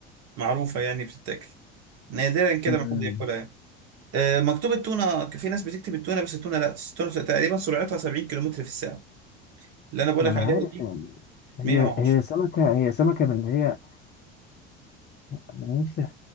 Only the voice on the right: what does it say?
معروفة يعني بتتاكل نادرا كده
ما حد ياكلها يعني. آه، مكتوب التونة في ناس بتكتب التونة بس التونة لا التونة تقريبا سرعتها 70 كيلومتر في الساعة اللي أنا بقولك
عليها
دي
110